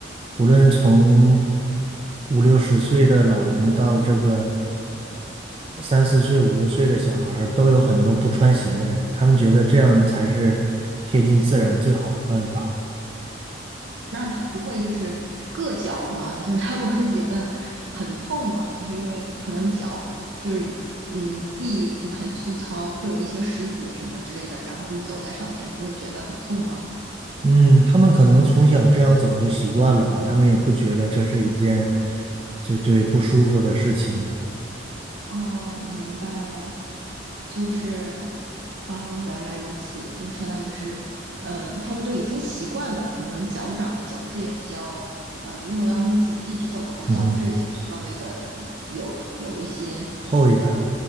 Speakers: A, on the right; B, on the right.
A: 无论从五六十岁的老人到这个。三四岁、五六岁的小孩儿都有很多不穿鞋的人，他们觉得这样才是贴近自然最好的办法。
B: 那他不会就是硌脚吗？<laughs> 就是他不会觉得很痛吗？就是因为可能脚就是嗯地很粗糙，会有一些石子什么之类的，然后你走在上面不会觉得很痛吗？
A: 嗯，他们可能从小这样走就习惯了吧，他们也不觉得这是一件就对不舒服的事情。
B: 哦，明白了，就是，哦，原来如此，就相当于是，嗯、他们都已经习惯了，可能脚掌的角质也比较，呃，如果要是一直一直走的话，
A: 嗯哼，
B: 角质也稍微的有有一些，
A: 厚一点儿
B: 呃，